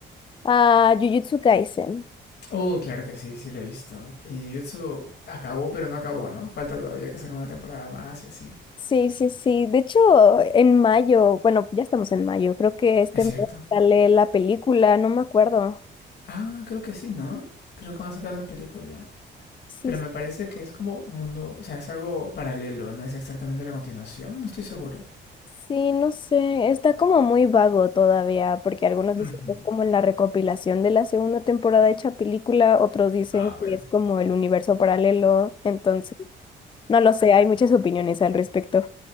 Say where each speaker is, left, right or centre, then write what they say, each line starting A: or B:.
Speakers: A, on the left; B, on the left.
A: Ah, Jujutsu Kaisen.
B: Uh, claro que sí, sí lo he visto. Y Jujutsu acabó, pero no acabó, ¿no? Falta todavía que saquen una temporada más y así.
A: Sí, sí, sí. De hecho, en mayo, bueno, ya estamos en mayo, creo que este
B: Es cierto.
A: mes sale la película, no me acuerdo.
B: Ah, creo que sí, ¿no? Creo que van a sacar una película.
A: Sí,
B: Pero
A: sí,
B: me parece que es como mundo, o sea, es algo paralelo, no es exactamente la continuación, no estoy seguro.
A: Sí, no sé, está como muy vago todavía, porque algunos
B: Ujú.
A: dicen que es como la recopilación de la segunda temporada hecha película, otros dicen
B: Ah,
A: que
B: bueno.
A: es como el universo paralelo, entonces, no lo sé, hay muchas opiniones al respecto.